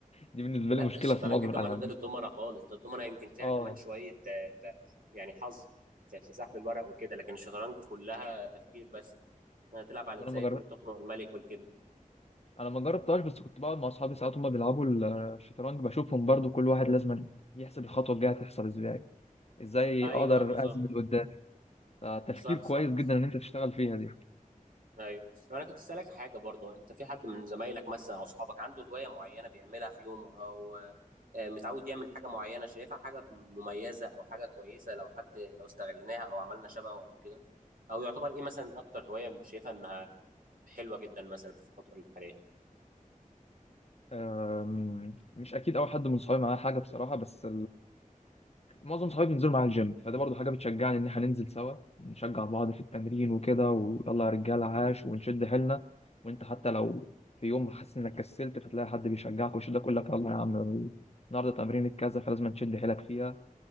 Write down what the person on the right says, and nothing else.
لا
ده الشطرنج
كمان
غير
الدومنه خالص ده الدومنه يمكن فيها
كمان شويه آه، ت- يعني حظ في في سحب الورق وكده لكن الشطرنج كلها تفكير بس هتلعب على
ازاي
تخنق الملك والكده
ايوه
بالظبط
صح
صح
ايوه طب انا كنت اسالك حاجه برضو انت في حد من زمايلك مثلا او اصحابك عنده هوايه معينه بيعملها في يومه او آه، متعود يعمل حاجه معينه شايفها حاجه مميزه او حاجه كويسه لو حد لو استغليناها او عملنا شبهه او كده او يعتبر ايه مثلا اكتر هوايه شايفها انها حلوه جدا مثلا في الفتره الحاليه